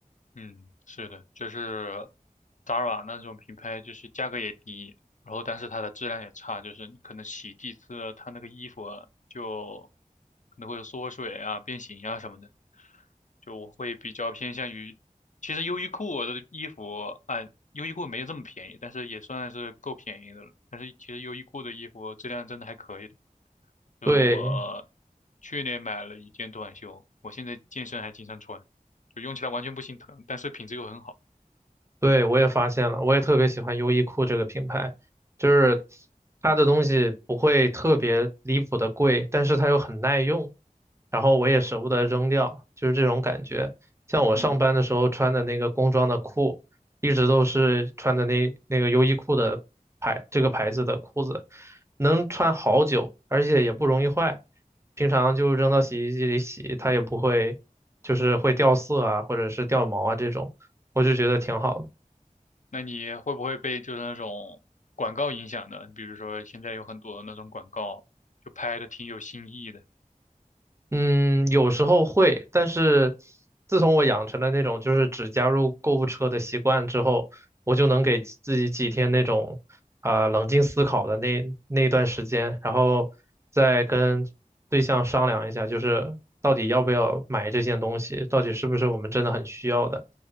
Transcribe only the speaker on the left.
嗯，是的，就是 Zara 那种品牌，就是价格也低，然后但是它的质量也差，就是你可能洗几次，它那个衣服啊就可能会有缩水啊、变形啊什么的。就我会比较偏向于，其实优衣库的衣服啊，优衣库没有这么便宜，但是也算是够便宜的了。但是其实优衣库的衣服质量真的还可以的。就我
去年买了一件短袖，我现在健身还经常穿。就用起来完全不心疼，但是品质又很好。
嗯，
那你会不会被就是那种广告影响呢？比如说现在有很多那种广告，就拍的挺有新意的。